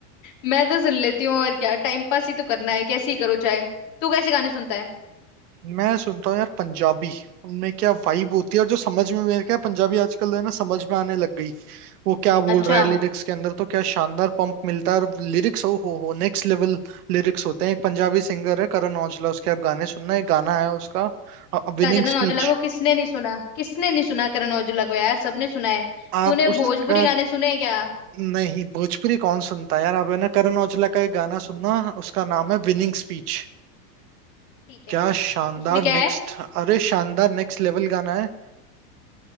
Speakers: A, on the left; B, on the right.
A: मैं तो सुन लेती हूँ और क्या टाइम पास ही तो करना है कैसे ही करो चाहे तू कैसे गाने सुनता है
B: मैं सुनता हूँ यार पंजाबी उनमें क्या वाइब होती है और जो समझ में मेरे क्या पंजाबी आजकल है ना समझ में आने लग गई वो क्या बोल
A: अच्छा
B: रहा है लिरिक्स के अंदर तो क्या शानदार पंप मिलता है और लिरिक्स ओ हो हो नेक्स्ट लेवल लिरिक्स होते हैं एक पंजाबी सिंगर है करण औजला उसके आप गाने सुनना एक गाना है उसका विनिंग
A: करण
B: स्पीच
A: औजला को किसने नहीं सुना किसने नहीं सुना करण औजला को यार सबने सुना है
B: आप
A: तूने
B: उसका
A: भोजपुरी गाने सुने हैं क्या
B: नहीं भोजपुरी कौन सुनता है यार आप है ना करण औजला का एक गाना सुनना उसका नाम है विनिंग स्पीच
A: ठीक है
B: क्या शानदार
A: उसमें क्या
B: नेक्स्ट
A: है
B: अरे शानदार नेक्स्ट लेवल गाना है